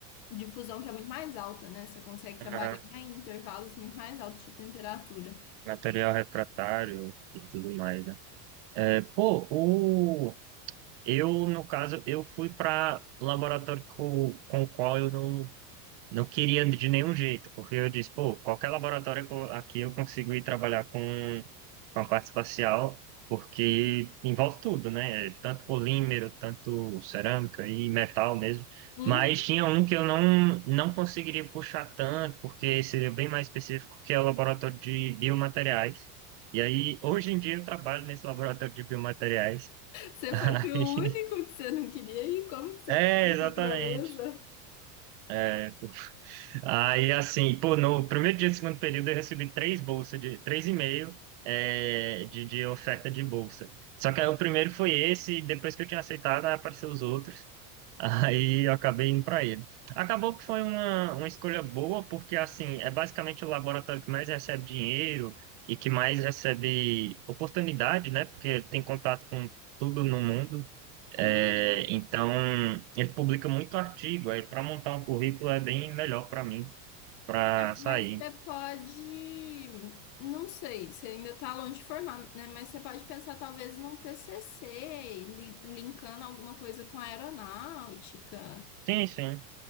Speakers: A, on the left; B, on the right.
A: de fusão que é muito mais alta, né? Você consegue trabalhar
B: aham,
A: em intervalos muito mais altos de temperatura.
B: material refratário e tudo mais, né? É, pô, o... eu, no caso, eu fui para laboratório co- com, o qual eu não Não queria de nenhum jeito, porque eu disse, pô, qualquer laboratório que eu- aqui eu consigo ir trabalhar com, com a parte espacial, porque envolve tudo, né? Tanto polímero, tanto cerâmica e metal mesmo.
A: Hum,
B: Mas tinha um que eu não, não conseguiria puxar tanto, porque seria bem mais específico, que é o laboratório de biomateriais. E aí, hoje em dia eu trabalho nesse laboratório de biomateriais.
A: você
B: <laughs>
A: foi pro
B: Aí-
A: único que você não queria ir? Como que você
B: É,
A: fez
B: exatamente.
A: essa proeza?
B: É, Aí, assim, pô, no primeiro dia do segundo período eu recebi três bolsas de, três e meio é, de, de oferta de bolsa. Só que aí o primeiro foi esse, e depois que eu tinha aceitado, aí apareceram os outros. Aí eu acabei indo para ele. Acabou que foi uma, uma escolha boa, porque assim, é basicamente o laboratório que mais recebe dinheiro e que mais recebe oportunidade, né? Porque ele tem contato com tudo no mundo. É,
A: Uhum.
B: então, ele publica muito artigo. Aí, para montar um currículo é bem melhor para mim, para sair.
A: Mas você pode, não sei, você ainda está longe de formar, né? Mas você pode pensar talvez num TCC, li- linkando alguma coisa com a aeronáutica.
B: Sim, sim.